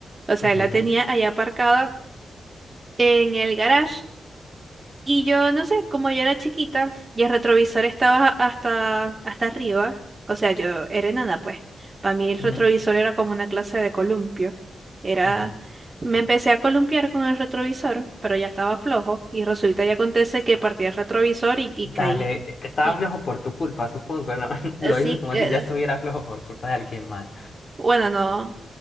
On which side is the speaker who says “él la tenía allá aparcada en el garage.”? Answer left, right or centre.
Right